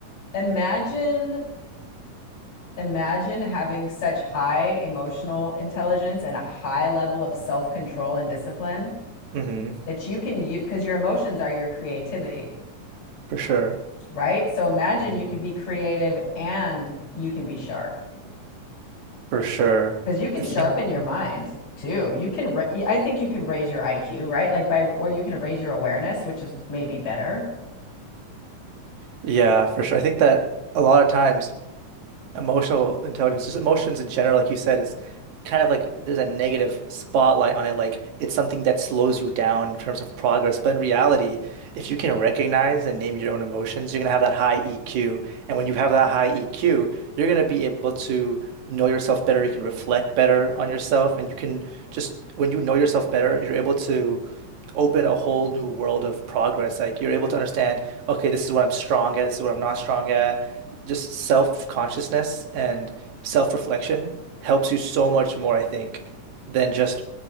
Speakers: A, on the left; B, on the right.
A: imagine Imagine having such high emotional intelligence and a high level of self-control and discipline
B: hmm
A: that you can use because your emotions are your creativity,
B: For sure.
A: right? So imagine
B: hmm
A: you could be creative and you can be sharp
B: For sure.
A: because you can
B: I
A: sharpen
B: think.
A: your
B: mm-hmm.
A: mind too. You can, ra- I think you can raise your IQ, right? Like by, or you can raise your awareness, which is maybe better.
B: Yeah, for sure. I think that a lot of times emotional intelligence, just emotions in general, like you said, is kind of like there's a negative spotlight on it. Like it's something that slows you down in terms of progress. But in reality, if you can recognize and name your own emotions, you're gonna have that high EQ. And when you have that high EQ, you're gonna be able to know yourself better. You can reflect better on yourself, and you can just when you know yourself better, you're able to open a whole new world of progress. Like you're able to understand, okay, this is what I'm strong at, this is what I'm not strong at. Just self-consciousness and self-reflection helps you so much more, I think, than just